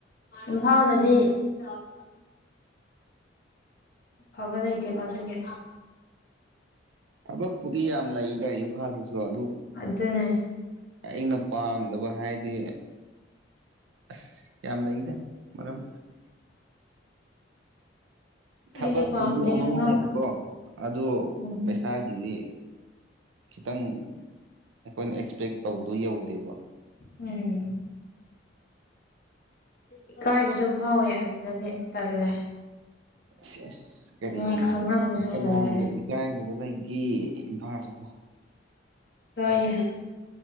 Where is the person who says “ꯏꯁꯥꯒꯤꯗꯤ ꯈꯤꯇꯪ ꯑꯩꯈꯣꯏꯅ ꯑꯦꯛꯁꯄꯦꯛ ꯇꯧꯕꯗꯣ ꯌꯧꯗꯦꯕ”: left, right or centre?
Right